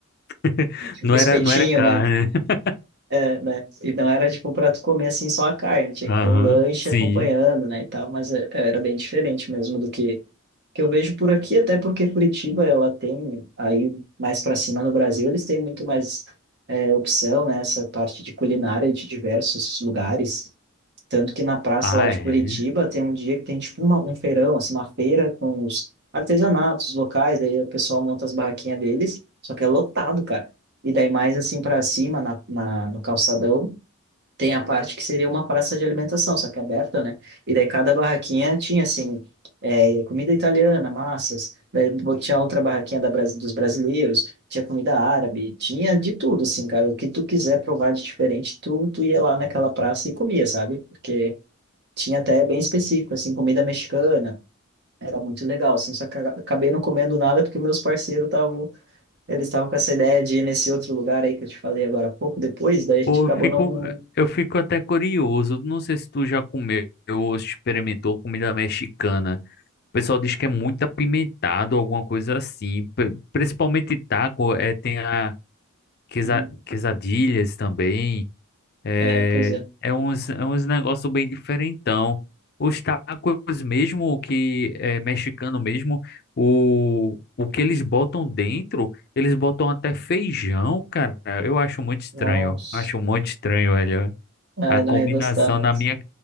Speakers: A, on the left; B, on the right.
A: <laughs>
B: tipo
A: Não
B: espetinho,
A: era, não era carne.
B: né?
A: <laughs>
B: É, né? E não era tipo pra tu comer assim só a carne, tinha
A: Aham,
B: que ter um lanche
A: sim.
B: acompanhando, né? E tal, mas é- é, era bem diferente mesmo do que, que eu vejo por aqui, até porque Curitiba ela tem, aí mais pra cima no Brasil, eles têm muito mais é, opção, né? Essa parte de culinária de diversos lugares. Tanto que na praça
A: Ah,
B: lá de
A: é.
B: Curitiba tem um dia que tem tipo uma, um feirão, assim, uma feira com os artesanatos locais, daí o pessoal monta as barraquinhas deles, só que é lotado, cara. E daí mais assim para cima, na, na, no calçadão, tem a parte que seria uma praça de alimentação, só que é aberta, né? E daí cada barraquinha tinha assim, é, comida italiana, massas, daí bo- tinha outra barraquinha da, Bras- dos brasileiros, tinha comida árabe, tinha de tudo, assim, cara. O que tu quiser provar de diferente, tu, tu ia lá naquela praça e comia, sabe? Porque tinha até bem específico, assim, comida mexicana. Era muito legal, assim, só que eu acabei não comendo nada porque meus parceiros estavam, eles estavam com essa ideia de ir nesse outro lugar aí que eu te falei agora há pouco depois, daí a gente
A: Pô,
B: acabou
A: eu fico,
B: não... não-
A: eu fico até curioso. Não sei se tu já comeu ou experimentou comida mexicana. O pessoal diz que é muito apimentado, alguma coisa assim. Pri- Principalmente taco, é, tem a quesa-
B: Uhum.
A: quesadilhas também. É,
B: É, pois é.
A: é uns, é uns negócios bem diferentão. Os tacos mesmo, que é mexicano mesmo, o, o que eles botam dentro, eles botam até feijão, cara. Eu acho muito estranho.
B: Nossa.
A: Acho muito estranho, velho.
B: Ah,
A: A
B: eu
A: combinação
B: não ia gostar, mas...
A: na minha,